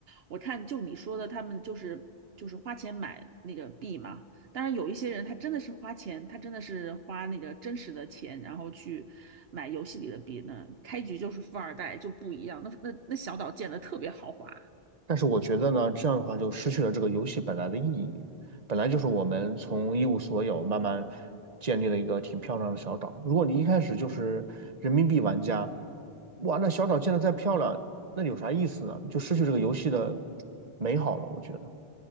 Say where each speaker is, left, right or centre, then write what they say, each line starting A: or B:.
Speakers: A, on the right; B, on the right.
A: 我看就你说的，他们就是就是花钱买那个币嘛。当然有一些人他真的是花钱，他真的是花那个真实的钱，然后去买游戏里的币呢。开局就是富二代就不一样，那那那小岛建的特别豪华。
B: 但是我觉得呢，这样的话就失去了这个游戏本来的意义。本来就是我们从一无所有慢慢建立了一个挺漂亮的小岛。如果你一开始就是人民币玩家，哇，那小岛建得再漂亮，那有啥意思呢？就失去这个游戏的美好了。我觉得